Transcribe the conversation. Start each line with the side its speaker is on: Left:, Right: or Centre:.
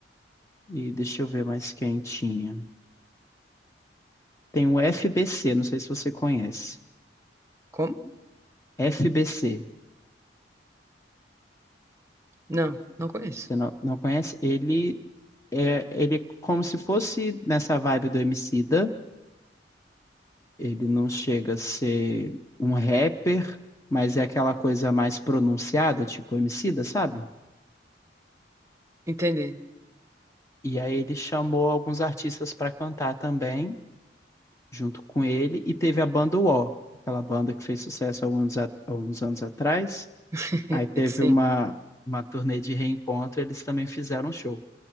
Left: E deixa eu ver mais quem tinha. Tem o FBC, não sei se você conhece.
Right: Como?
Left: FBC,
Right: Não, não conheço.
Left: você não, não conhece? Ele é ele é como se fosse nessa vibe do Emicida. Ele não chega a ser um rapper, mas é aquela coisa mais pronunciada, tipo Emicida, sabe?
Right: Entendi.
Left: E aí ele chamou alguns artistas para cantar também, junto com ele, e teve a banda UO, aquela banda que fez sucesso há alguns, a- alguns anos atrás.
Right: <laughs>
Left: Aí teve
Right: Sim.
Left: uma, uma turnê de reencontro, eles também fizeram um show.